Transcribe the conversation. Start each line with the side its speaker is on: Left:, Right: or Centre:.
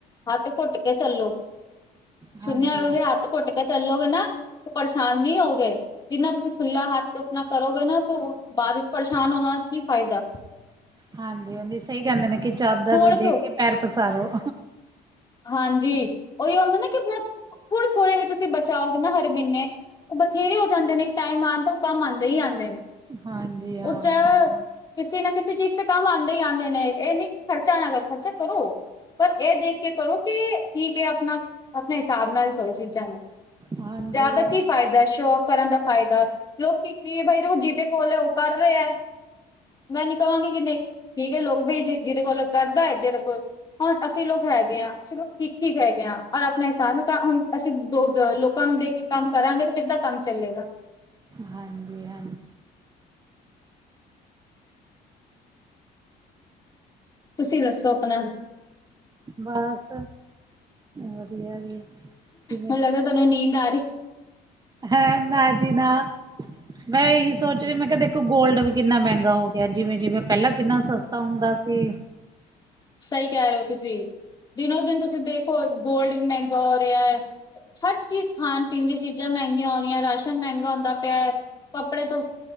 Left: ਹੱਥ ਘੁੱਟ ਕੇ ਚੱਲੋ
Right: ਹਾਂਜੀ
Left: ਸੁਣਿਆ ਓਏਗਾਹੱਥ
Right: ਹਾਂ।
Left: ਕੁੱਟ ਕੇ ਚੱਲੋਗੇ ਨਾ ਪਰੇਸ਼ਾਨ ਨੀ ਹੋਗੇ ਜਿੰਨਾ ਤੁਸੀਂ ਖੁੱਲ੍ਹਾ ਹੱਥ ਅਪਨਾ ਕਰੋਗੇ ਨਾ ਤੋ ਬਾਦ ਚ ਪਰੇਸ਼ਾਨ ਹੋਣਾ ਕੀ ਫਾਈਦਾ
Right: ਹਾਂਜੀ-ਹਾਂਜੀ ਸਈ ਕੈਂਦੇ ਨੇ ਕਿ ਚਾਦਰ
Left: ਥੋੜੇ
Right: ਦੇਖ
Left: ਥੋ
Right: ਕੇ ਪੈਰ ਪਸਾਰੋ
Left: ਹਾਂਜੀ ਓਈ ਹੁੰਦਾ ਨਾ ਕਿ ਬੋਤ ਥੋੜੇ-ਥੋੜੇ ਵੀ ਤੁਸੀਂ ਬਚਾਓਗੇ ਨਾ ਹਰ ਮ੍ਹੀਨੇ ਓ ਬਥੇਰੇ ਹੋ ਜਾਂਦੇ ਨੇ ਇੱਕ ਟਾਈਮ ਆਣ ਤੋ ਓ ਕੰਮ ਆਂਦੇ ਈ ਆਂਦੇ ਨੇ
Right: ਹਾਂਜੀ ਹਾਂ,
Left: ਓ ਚ ਕਿਸੇ ਨਾ ਕਿਸੇ ਚੀਜ਼ ਤੇ ਕੰਮ ਆਂਦੇ ਈ ਆਂਦੇ ਨੇ ਏ ਨੀ ਖਰਚਾ ਨਾ ਕਰੋ, ਖਰਚਾ ਕਰੋ ਪਰ ਐ ਦੇਖ ਕੇ ਕਰੋ ਕਿ ਠੀਕ ਐ ਅਪਣਾ ਅਪਣੇ ਹਿਸਾਬ ਨਾਲ ਕਰੋ ਚੀਜ਼ਾਂ ਨੂੰ
Right: ਹਾਂਜੀ।
Left: ਜਾਦਾ ਕੀ ਫਾਇਦਾ ਸ਼ੌ ਓਫ ਕਰਨ ਦਾ ਫਾਇਦਾ ਲੋਕ ਕੀ-ਕੀ ਬਈ ਜੀਤੇ ਫੋਲੋ ਓ ਕਰ ਰੇ ਐ। ਮੈਂ ਨੀ ਕਵਾਂਗੀ ਕਿੰਨੇ ਠੀਕ ਏ ਲੋਕ ਬਈ ਜੀ ਜਿਦੇ ਕੋਲ ਕਰਦਾ ਐ ਜਿਦੇ ਕੋਲ ਹੁਣ ਅਸੀਂ ਲੋਕ ਹੈ ਗੇ ਆ, ਚਲੋ ਠੀਕ-ਠੀਕ ਹੈਗੇ ਆ ਓਰ ਅਪਣੇ ਹਿਸਾਬ ਨਾਲ ਤਾਂ ਹੁਣ ਅਸੀਂ ਦੋ ਲੋਕਾਂ ਨੂੰ ਦੇਖੀ ਕੰਮ ਕਰਾਂਗੇ ਤੇ ਕਿੱਦਾਂ ਕੰਮ ਚੱਲੇਗਾ।
Right: ਹਾਂਜੀ-ਹਾਂਜੀ।
Left: ਤੁਸੀਂ ਦੱਸੋ ਅਪਣਾ?
Right: ਬਸ ਵਦੀਆ ਜੀ, ਠੀਕ ਏ।
Left: ਮੈਨੂੰ ਲੱਗਦਾ ਤੁਆਨੂੰ ਨੀਂਦ ਆਰੀ
Right: ਹੈ ਮੈਜੀ ਨਾ ਮੈਂ ਏਹੀ ਸੋਚ ਰੀ ਮੈਂ ਕਿਆ ਦੇਖੋ ਗੋਲਡ ਵੀ ਕਿੰਨਾ ਮ੍ਹੈਂਗਾ ਹੋ ਗਿਆ ਜਿਵੇਂ-ਜਿਵੇਂ ਪੈਲਾਂ ਕਿੰਨਾ ਸਸਤਾ ਹੁੰਦਾ ਸੀ।
Left: ਸਈ ਕੈ ਰੇ ਓ ਤੁਸੀਂ ਦਿਨੋ-ਦਿਨ ਤੁਸੀਂ ਦੇਖੋ ਗੋਲਡ ਮ੍ਹੈਂਗਾ ਹੋ ਰਿਆ ਐ। ਹਰ ਚੀਜ਼, ਖਾਣ-ਪੀਣ ਦੀਆਂ ਚੀਜ਼ਾਂ ਮ੍ਹੈਂਗੀਆਂ ਹੋ ਰਿਆਂ, ਰਾਸ਼ਨ ਮ੍ਹੈਂਗਾ ਹੁੰਦਾ ਪਿਆ ਐ। ਕੱਪੜੇ ਤੋਂ